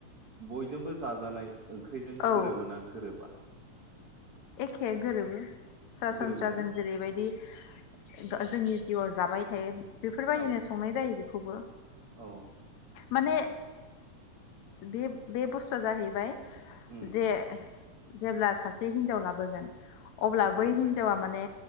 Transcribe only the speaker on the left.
औ
एखे गोरोबो। सरासनस्रा
जों जेरैबायदि गा जोंनि जिउआव जाबाय थायो बेफोरबायदिनो
संनाय जायो बेखौबो
माने बे बे बुस्थुआ जाहैबाय
जे जेब्ला सासे हिन लाबोगोन अब्ला बै
हिनजावा माने